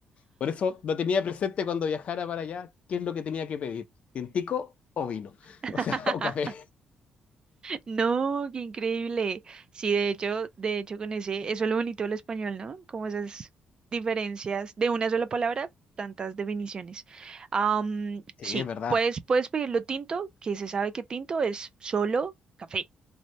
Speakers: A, on the left; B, on the right.
A: Por eso lo tenía presente cuando viajara para allá, qué es lo que tenía que pedir, tintico o vino, <laughs>
B: <laughs>
A: o sea, o café.
B: No, qué increíble. Sí, de hecho, de hecho con ese, eso es lo bonito del español, ¿no? Como esas diferencias de una sola palabra, tantas definiciones. Am,
A: Sí,
B: sí,
A: es verdad.
B: puedes, puedes pedirlo tinto, que se sabe que tinto es solo café,